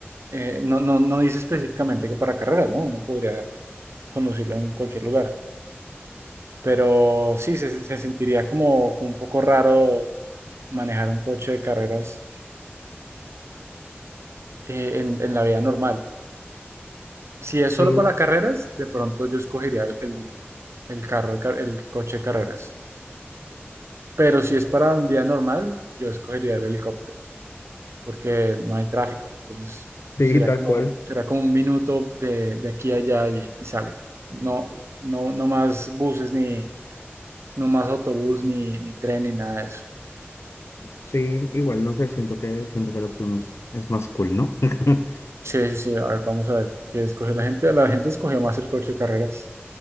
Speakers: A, on the right; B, on the left.
A: eh, no, no, no dice específicamente que para carreras, ¿no? Uno podría conducirlo en cualquier lugar. Pero sí, se, se sentiría como, como un poco raro manejar un coche de carreras eh, en, en la vida normal. Si es
B: Sí,
A: solo para carreras, de pronto yo escogería el, el- el carro, de car- el coche de carreras. Pero si es para vida normal, yo escogería el helicóptero, porque no hay tráfico. Entonces,
B: sí,
A: será
B: tal
A: como,
B: cual.
A: será como un minuto de, de aquí a allá y, y sale. No, no, no más buses, ni, no más autobús, ni, ni tren, ni nada de eso.
B: Sí, igual, no sé, siento que, siento que la opción es, es más cool, ¿no? <laughs>
A: Sí, sí, sí. A ver, vamos a ver qué escogió la gente. La gente escogió más el coche de carreras,